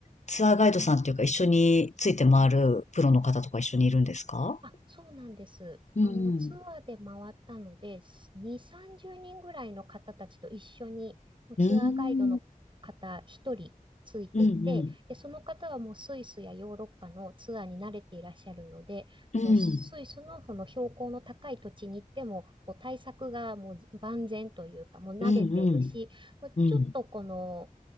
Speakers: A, on the left; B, on the right.
A: ツアーガイドさんというか一緒について回るプロの方とか一緒にいるんですか
B: あ、そうなんです。
A: うんうん。
B: あの、ツアーで回ったので、2、30人ぐらいの方たちと一緒に、もうツアーガイドの方1人ついていて、
A: うん。うんうん。
B: で、その方はもうスイスやヨーロッパのツアーに慣れていらっしゃるので、あの、
A: うん。
B: スイスのその標高の高い土地に行っても、こう対策がもう万全というか、もう慣れてるし、
A: うんうん。うん。
B: ちょっとこの、